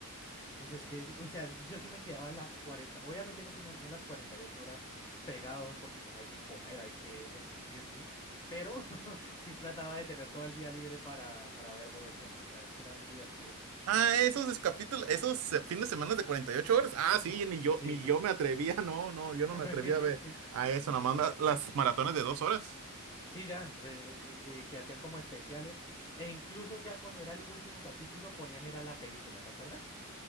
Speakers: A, on the left; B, on the right.
A: pues es que, sí, o sea, yo sí me quedaba las 40 obviamente no, no, no las 48 horas pegado, porque pues hay que comer, hay que existir, ¿sí? Pero <laughs> sí trataba de tener todo el día libre para, para ver Bob Esponja, o sea, es que era muy divertido.
B: Ah, esos es- capítulos, esos eh, fines de semana de 48 horas. Ah, sí,
A: Es-
B: ni yo,
A: Sí,
B: ni
A: sí,
B: yo
A: sí.
B: me atrevía, no, no, yo
A: <laughs>
B: no me atrevía a ver a eso, nomás me- las maratones de dos horas.
A: Sí, ya, eh, eh, eh, que, que hacían como especiales, e incluso ya cuando era el último capítulo ponían era la película, ¿te acuerdas?